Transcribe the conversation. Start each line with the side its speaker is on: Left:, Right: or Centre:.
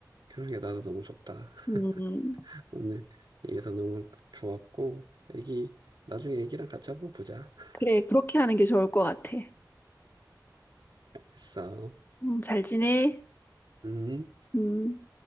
Right: 그런게 나도 너무 좋다.
Left: 음,
Right: <laughs> 오늘 얘기해서 너무 좋았고, 애기 나중에 애기랑 같이 한번 보자. <laughs>
Left: 그래, 그렇게 하는 게 좋을 것 같아.
Right: 했어.
Left: 음, 잘 지내?
Right: 음.
Left: 음.